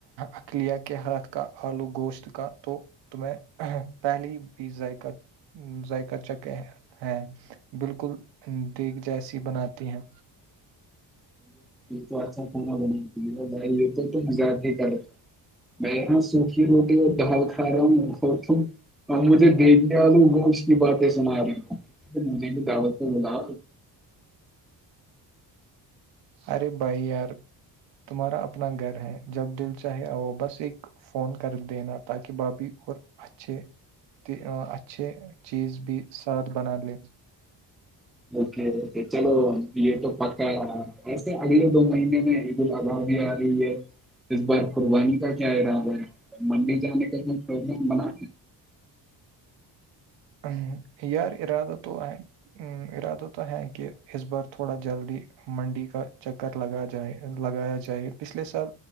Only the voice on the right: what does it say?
اقلیہ کے ہاتھ کا آلو گوشت کا تو تمیں پہلی بھیزذائقت ذائقہ چک ہے بالکل دیگ جیسی بناتی ہیں
ارے بھائی یار تمہارا اپنا گھر ہے جب دل چاہے آؤ بس ایک فون کر دینا تاکہ بھابھی اور اچھے کہ اچھے چیز بھی ساتھ بنا لیں
ا یار ارادہ تو آ ا ارادوں تو ہیں کہہ اس بار تھوڑا جلدی منڈی کا چکر لگا جائے لگایا جائے پچھلے سال